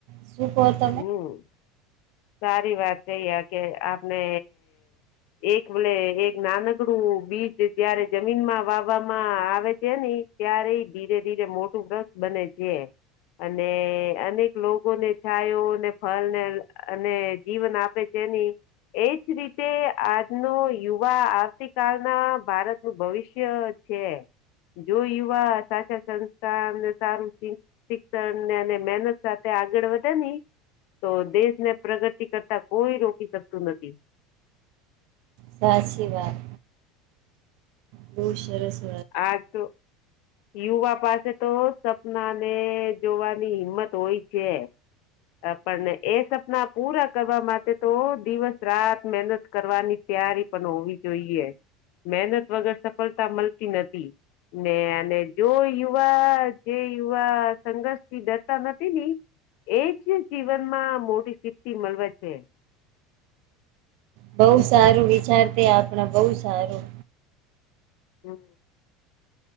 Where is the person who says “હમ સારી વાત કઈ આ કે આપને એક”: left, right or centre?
Left